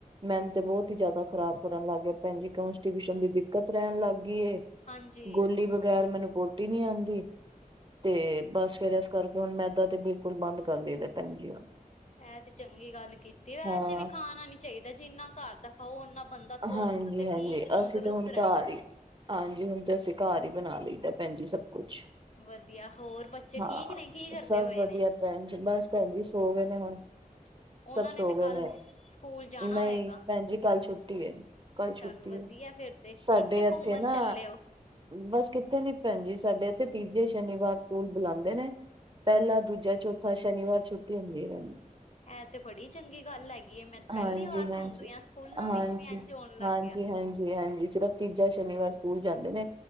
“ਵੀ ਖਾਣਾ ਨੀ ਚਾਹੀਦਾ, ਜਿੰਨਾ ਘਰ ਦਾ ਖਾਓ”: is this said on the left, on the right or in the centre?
Left